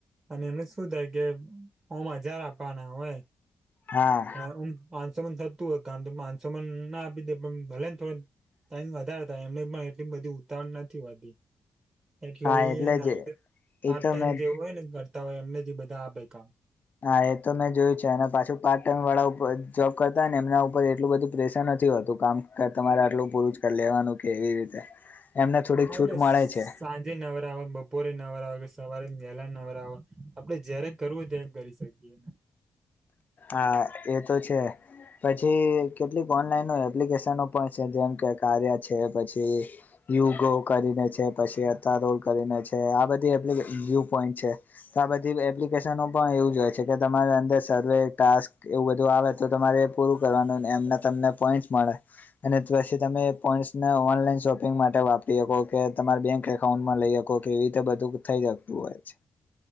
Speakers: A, on the right; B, on the left.
A: અને એમને શું થાય કે ઓમ હજાર આપવાના હોય
B: હા
A: હ પાંચસોમા થતું હોય કામ ત પાંચસોમા ના આપી દે પણ ભલે ને થોડ ટાઈમ વધારે થાય એમને પણ એટલી બધી ઉતાવળ નથી હોતી એટલે
B: હા
A: એ હેને આવી
B: જ
A: રીતે પાટ
B: એ તો
A: ટાઈમ
B: મેં
A: જે હોય ને કરતા હોય એમને જ બધા આપે કામ
B: હા એ તો મેં જોયું છે, અને પાછું પાર્ટ ટાઈમ વાળાર જોબ કરતા ને એમના ઉપર એટલું બધું પ્રેશર નથી હોતું કામ તમારે આટલું પૂરું જ કરી લેવાનું કેવી રીતે એમને થોડીક
A: હા,
B: છૂટ
A: એટલે
B: મળે છે
A: સાંજે નવરા હોય, બપોરે નવરા હોય, સવારે વેલા નવરા હોય આપડે જયારે કરવું હોય ત્યારે કરી શકીએ
B: હા એ તો છે. પછી કેટલીક ઓનલાઈનો એપ્લિકેશનો પણ છે, જેમ કે કાર્યા છે પછી યોગો કરીને છે, પછી અતા રોલ કરીને છે, આ બધી એપ્લિ વયુ પોઈન્ટ છે. આ બધી એપ્લિકેશનો પણ એવું જ હોય છે, કે તમારી અંદર સર્વે ટાસ્ક એવું બધું આવે તો તમારે પૂરું કરવાનું એમના તમને પોઈન્ટ મળે અને પછી તમે એ પોઈન્ટસને ઓનલાઈન શોપિંગ માટે વાપરી હકો કે તમારા બેંક એકાઉન્ટમાં લઈ શકો કેવી રીતે બધું થઈ જતું હોય છે.